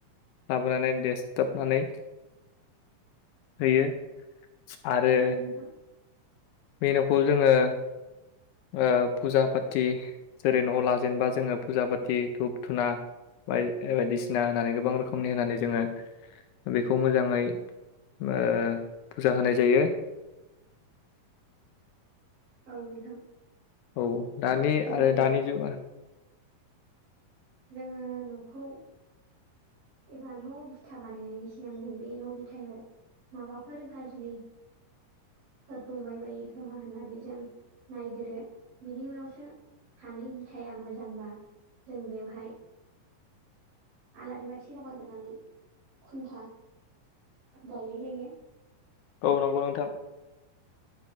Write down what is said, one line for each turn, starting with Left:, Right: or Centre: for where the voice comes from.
Left: लाबोनानै देसथाबनानै होयो। आरो
Right: औ नोंथां
Left: बे न'खौ जोङो ओ फुजा पाथि जेरै न' लाजेनबा जोङो फुजा पाथि धुप धुना बा-बायदिसिना होनानै गोबां रोखोमनि होनानै जोङो बेखौ मोजाङै ओ फुजा होनाय जायो।
Right: औ नोंथां।
Left: औ दानि
Right: जोङो
Left: आरो दानि जुगा
Right: जोङो न'खौ एबा न' बिथा बानायनायनि सिगां जों बे न' बिथायाव माबाफोर गारज्रि फोर दंबाय बायो खोमा होननानै जों नायगोरो बिनि उनावसो हानि बिथाया मोजांबा जों बेवहाय आलारि बाथि लगायग्रोनानै खुन्था गायनाय जायो।
Left: औ नंगौ नोंथां।